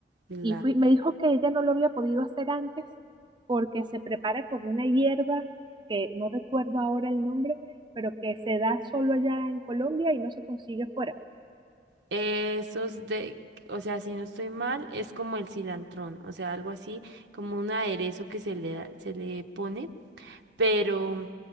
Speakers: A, on the right (about 85°); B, on the right (about 25°).
A: La-
B: Y fui, me dijo que ella no lo había podido hacer antes porque se prepara con una hierba que no recuerdo ahora el nombre, pero que se da solo allá en Colombia y no se consigue fuera.
A: esos de, o sea, si no estoy mal, es como el cilantrón, o sea, algo así, como un aderezo que se le, da- se le pone, pero